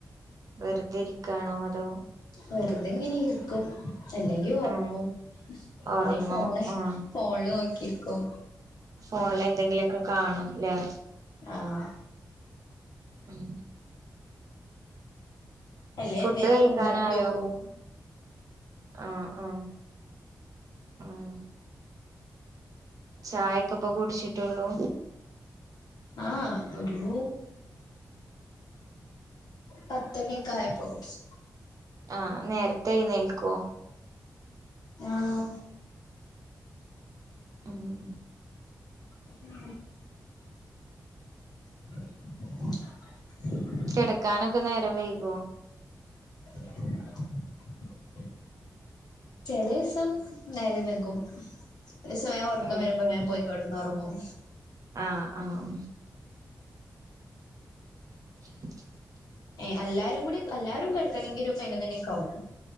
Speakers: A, on the right; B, on the left.
A: വെറുതെ ഇരിക്കാണോ അതോ
B: വെറുതെങ്ങനെ ഇർക്കും അല്ലെങ്കി ഒറങ്ങും
A: ഉം ഉറങ്ങും
B: പിന്നെ ഫോണെ
A: ഉം
B: ഫോണ്ല് നോക്കിരിക്കും
A: ഫോണിലെന്തെങ്കിലൊക്കെ കാണും ല്ലേ
B: ആഹ്
A: ഉം
B: അല്ലേ
A: ഫുഡ്
B: എന്തേലൊക്കെ
A: കഴിക്കാനായോ
B: ഉണ്ടാക്കിയോക്കും
A: ആഹ് ആഹ് ആഹ് ചായക്കെ ഇപ്പൊ കുടിച്ചിട്ടുള്ളൂ
B: ആഹ് ഒരു പത്തണിയക്കെ ആയപ്പോ കുടിച്ച്
A: ആ നേരത്തെ എഴ്ന്നേൽക്കുവോ
B: ആഹ്
A: ഉം
B: ഉം <unintelligible>
A: കെടക്കാനൊക്കെ നേരം വൈകുവോ
B: <unintelligible> ചെല ഈസം നേരം വൈകും സ്വയം ഒറക്കം
A: ഉം
B: വരുമ്പോ
A: ഉം
B: വേഗം പോയിക്കെടക്കും ന്നൊറങ്ങും
A: ആഹ് ആഹ് <unintelligible>
B: ഏ അല്ലാരും കൂടി അല്ലാരും കിടക്കണെങ്കി ഒരു പതിനൊന്നു മണിയൊക്കെ ആവും.